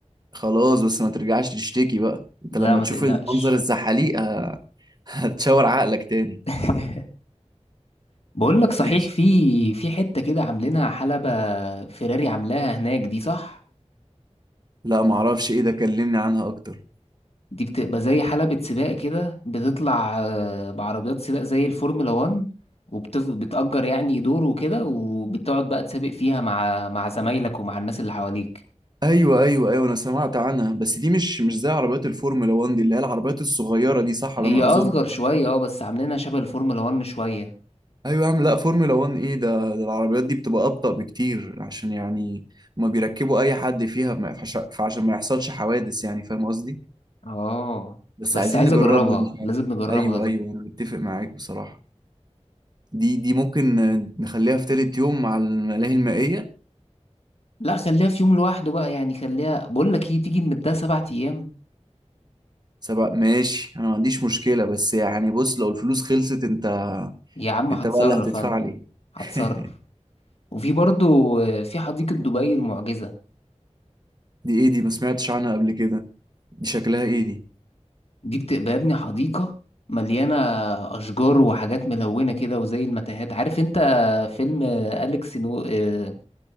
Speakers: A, on the right; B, on the left.
A: خلاص بس ما ترجعش تشتكي بقى أنت
B: لا
A: لما
B: ما
A: تشوف
B: تقلقش
A: المنظر الزحاليق ه- هتشاور عقلك تاني
B: <laughs> بقول لك
A: <laughs>
B: صحيح
A: ماشي
B: في في حتة كده عاملينها حلبة فيراري عاملاها هناك دي صح
A: لا معرفش إيه ده كلمني عنها أكتر
B: دي بتبقى زي حلبة سباق كده بتطلع آه، بعربيات سباق زي الفورمولا 1 وبتأجر يعني دور وكده وبتقعد بقى تسابق فيها مع مع زمايلك ومع الناس اللي حواليك
A: أيوة أيوة أيوة أنا سمعت عنها بس دي مش مش زي عربيات الفورمولا 1 دي اللي هي العربيات الصغيرة دي صح
B: هي
A: على ما
B: أصغر
A: أظن
B: شوية اه بس عاملينها شبه الفورمولا 1 شوية
A: ايوه يا عم لا فورمولا 1 ايه ده ده العربيات دي بتبقى ابطأ بكتير عشان يعني ما بيركبوا اي حد فيها ما يفحش- فعشان ما يحصلش حوادث يعني فاهم قصدي
B: اه
A: بس
B: بس
A: عايزين
B: عايز
A: نجربها
B: اجربها
A: دي فعلا
B: لازم نجربها
A: ايوه
B: دي
A: ايوه انا متفق معاك بصراحة دي دي ممكن نخليها في تالت يوم مع الملاهي المائية
B: لا خليها في يوم لوحده بقى يعني خليها بقول لك ايه تيجي نمدها سبع ايام
A: سبق ماشي انا ما عنديش مشكلة بس يعني بص لو الفلوس خلصت انت
B: يا عم
A: انت
B: هتصرف
A: بقى اللي هتدفع
B: انا
A: لي
B: هتصرف
A: <laughs>
B: وفي برضو آه، في حديقة دبي المعجزة
A: دي ايه دي ما سمعتش عنها قبل كده دي شكلها ايه دي
B: دي بتبقى يا ابني حديقة مليانة أشجار وحاجات ملونة كده وزي المتاهات عارف انت فيلم آه، أليكس نو آه،